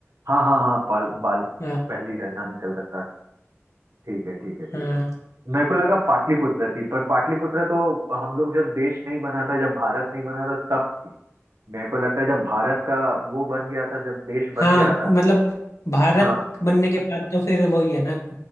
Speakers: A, on the right; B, on the left.
A: हाँ हाँ हाँ पाल बाल
B: हाँ
A: पहली राजधानी कलकत्ता थी ठीक है ठीक है ठीक
B: हाँ
A: है मेरे को लगा पाटलिपुत्र थी पर पाटलिपुत्र तो हम लोग जब देश नहीं बना था जब भारत नहीं बना था तब थी मेरे को लगता है जब भारत का वो बन गया था जब देश बन
B: हाँ
A: गया था
B: मतलब भारत
A: हाँ
B: बनने के बाद तो फिर वही है ना